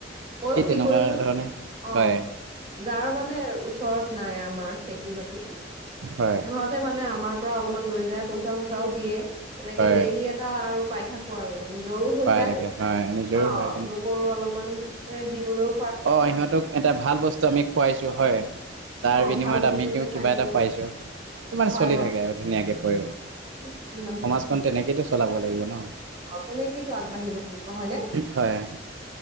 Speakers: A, on the right; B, on the right.
A: মইও
B: এই
A: কি
B: তেনেকুৱা
A: কৰিছো
B: ধৰণে
A: অ
B: হয়
A: যাৰ মানে ওচৰত নাই আমাৰ খেতি-বাতি।
B: হয়
A: সিহঁতে মানে আমাৰ পৰা অলপমান লৈ যায়। পইচা-চইচাও দিয়ে এনেকে
B: হয়
A: ডেইলি এটা আৰু পাই থাকো আৰু নিজৰো হৈ
B: পাই
A: যায়
B: থাকে হয় নিজৰো
A: অ'
B: হয়
A: লোকৰো অলপমান। এ দিবলওঁ।
B: অ' সিহঁতক এটা ভাল বস্তু আমি খুৱাইছো হয়। তাৰ
A: অ
B: বিনিময়ত
A: ভাল বস্তু
B: আমি কিউ
A: যে
B: কিবা
A: খাইছো
B: এটা পাইছো। সিমানে
A: হয়
B: চলি থাকে আৰু ধুনীয়াকে কৰি,
A: হয় ইমান ধুনীয়া
B: সমাজখন তেনেকেইতো চলাব লাগিব ন
A: অ সেনেকেইটো আগবঢ়িব লাগিব হয় নে।
B: হয়